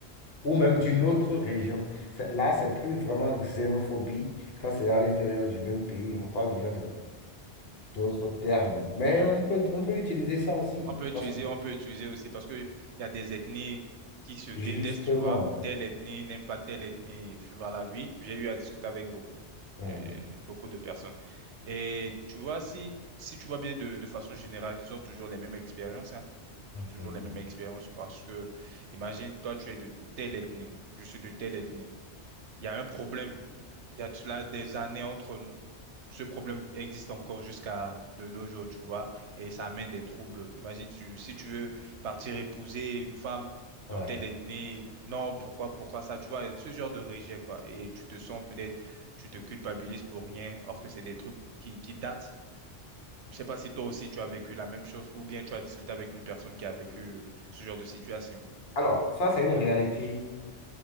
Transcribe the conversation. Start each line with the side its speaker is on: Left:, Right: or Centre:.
Left: ou même d'une autre région. C'est- Là, c'est plus vraiment xénophobie quand c'est à l'intérieur du même pays. On parle déjà de d'autres termes. Mais on peut, on peut utiliser ça aussi
Right: On peut utiliser,
Left: parce que
Right: on peut utiliser aussi parce que il y a des ethnies qui se détestent,
Left: justement,
Right: tu vois. Telle ethnie n'aime pas telle ethnie. Et puis voilà, oui, j'ai eu à discuter avec beaucoup,
Left: oui.
Right: euh, beaucoup de personnes. Et tu vois, si, si tu vois bien de, de façon générale, ils ont toujours les mêmes expériences, hein.
Left: mhm,
Right: Toujours les mêmes expériences parce que, imagine, toi, tu es de telle ethnie, je suis de telle ethnie. Il y a un problème il y a de cela des années entre nous. Ce problème existe encore jusqu'à de nos jours, tu vois, et ça amène des troubles. Imagine, tu, si tu veux partir épouser une femme dont
Left: ouais.
Right: elle est née, non, pourquoi, pourquoi ça, tu vois, ce genre de rejet, quoi. Et tu te sens peut-être, tu te culpabilises pour rien, or que c'est des trucs qui, qui datent. Je sais pas si toi aussi tu as vécu la même chose, ou bien tu as discuté avec une personne qui a vécu euh, ce genre de situation.
Left: Alors, ça, c'est une réalité